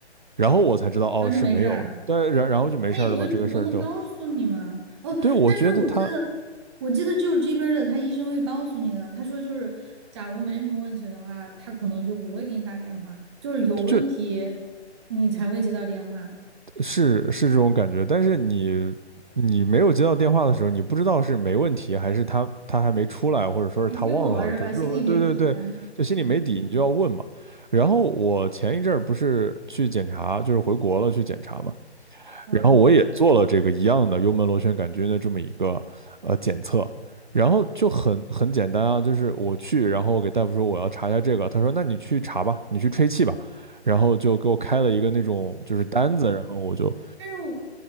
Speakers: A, on the right; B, on the right.
A: 然后我才知道哦是没有，
B: 然后就没事儿了。
A: 但然然后就没事儿了嘛，
B: 他也不会主动的告诉你吗？
A: 这个事儿就
B: 哦，
A: 对我觉得他
B: 但是我记得，我记得只有这边儿的他医生会告诉你的。他说就是，假如没什么问题的话，他可能就不会给你打电话，就是有问题你才会接到电话，
A: 就是是这种感觉，但是你你没有接到电话的时候，你不知道是没问题还是他他还没出来，或者说是他忘了，
B: 没结果是吧？
A: 就这种对对对，
B: 心里没底啊。
A: 就心里没底，
B: 嗯
A: 你就要问嘛。然后我前一阵儿不是去检查，就是回国了去检查嘛，
B: 嗯，
A: 然后我也做了这个一样的幽门螺旋杆菌的这么一个呃检测，然后就很很简单啊，就是我去，然后我给大夫说我要查一下这个，他说那你去查吧，你去吹气吧，然后就给我开了一个那种就是单子，然后我就
B: 但是我